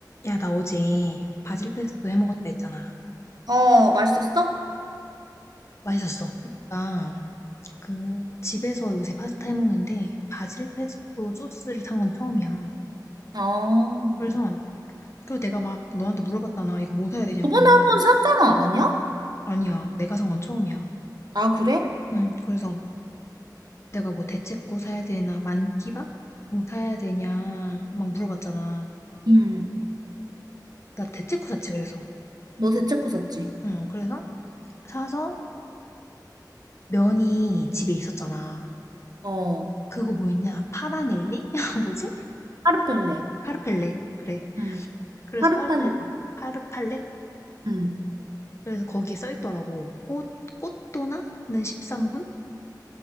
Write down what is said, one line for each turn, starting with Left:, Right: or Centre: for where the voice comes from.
Left: 야, 나 어제 바질페스토 해먹었다 했잖아.
Right: 어, 맛있었어?
Left: 맛있었어. 나 그 집에서 요새 파스타 해먹는데 바질페스토 소스를 산 건 처음이야.
Right: 어.
Left: 그래서 그리고 내가 막 너한테 물어봤잖아. 이거 뭐 사야 되냐고.
Right: 저번에 한 번 샀잖아, 아니야?
Left: 아니야, 내가 산 건 처음이야.
Right: 아, 그래?
Left: 응, 그래서 내가 뭐 대체코 사야 되나 만티바? 뭐 사야 되냐 막 물어봤잖아.
Right: 음,
Left: 나 대체코 샀지 그래서.
Right: 너 대체코 샀지?
Left: 응, 그래서 사서 면이 집에 있었잖아.
Right: 어.
Left: 그거 뭐였냐? 파라넬리? <laughs> 뭐지?
Right: 파르펠레.
Left: 파르펠레. 그래.
Right: 음,
Left: 그래서
Right: 파르팔레
Left: 파르펠, 파르팔레?
Right: 음,
Left: 그래서 거기에 써 있더라고. 꽃, 꽃도나? 는 13분?